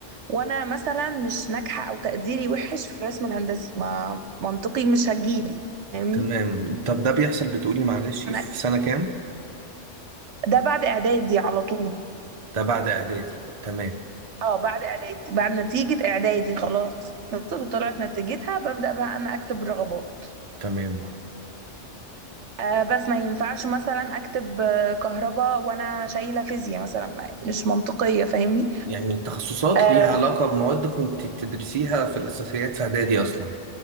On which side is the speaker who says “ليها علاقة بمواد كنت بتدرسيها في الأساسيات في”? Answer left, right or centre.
Right